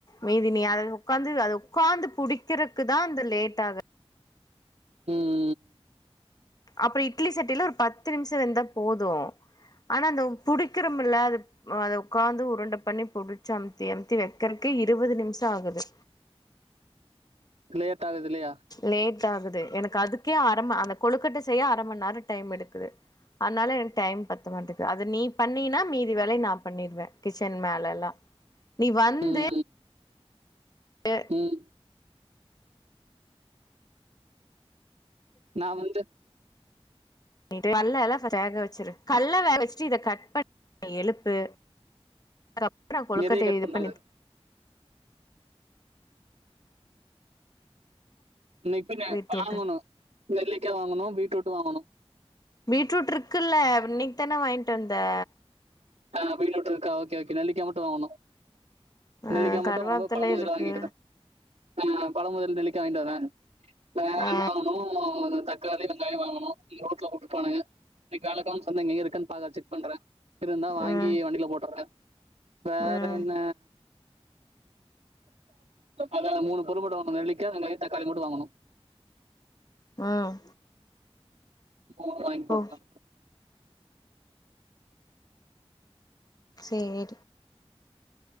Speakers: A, on the left; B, on the right.
A: மீதி நீ அத உக்காந்து அது உக்காந்து புடிக்கக்ரக்குதா அது லேட் ஆகு
B: ம்
A: அப்றோ இட்லி சட்டியில ஒரு பத்து நிமிஷோ இருந்தா போது ஆனா அந்த புடிக்கிறம்ல அது அத உக்காந்து உருண்ட பண்ணி புடிச்சி அமுத்தி அமுத்தி வெக்கறக்கு இருவது நிமிஷ ஆகுது
B: லேட் ஆகுது இல்லையா
A: லேட் ஆகுது எனக்கு அதுக்கே அரம அந்த கொழுக்கட்ட செய்ய அர மண் நேரோ டைம் எடுக்குது அதனால எனக்கு டைம் பத்த மாட்டேது அது நீ பண்ணினா மீதி வேல நா பண்ணிடுவே கிச்சன் மேல எல்லா நீ வந்து
B: ம்,
A: எ
B: ம். நா வந்து
A: பண்ணிட்டு கல்ல எல்லா ஃபஸ்ட் வேக வச்சிரு கல்ல வேக வச்ட்டு இத கட் பண்ணி எழுப்பு அதப்றோ கொழுக்கட்ட
B: எதையை கட்
A: இது
B: பண்றது
A: பண்ணி
B: இன்ன இப்ப ந
A: பீட்ரூட்
B: வாங்கணு நெல்லிக்கா வாங்கணு பீட்ரூட் வாங்கணு
A: பீட்ரூட் இருக்குல்ல இன்னைக் தான வாய்ட்டு வந்தே
B: ஆ பீட்ரூட் இருக்கா ஓகே ஓகே நெல்லிக்கா மட்டு வாங்கணு
A: ஆ
B: நெல்லிக்கா மட்டு
A: கருவாப்தல
B: வர போது பழ முதிர்ல
A: இருக்கு
B: வாங்கிட்டு தா ஆமா பழ முதிர்ல நெல்லிக்க வாய்ன்ட்டு வாரே வேற
A: ஆ
B: என்ன வாங்கனு தக்காளி வெங்காய வாங்கணு <unintelligible> கூட்ருப்பானுங்க லைக் ஏலக்காவு சம்மங்கியு இருக்கான் பாக்ற செக் பண்றே இருந்தா வாங்கி
A: ம்
B: வண்டியில போட்டற்ற வேற
A: ம்
B: என்ன அதல மூணு பொருள் மட்டு வாங்கனு நெல்லிக்கா வெங்காய தக்காளி மட்டு வாங்கனு
A: ம்
B: போ வாய்ங்கி போட்ற
A: ஓ சேரி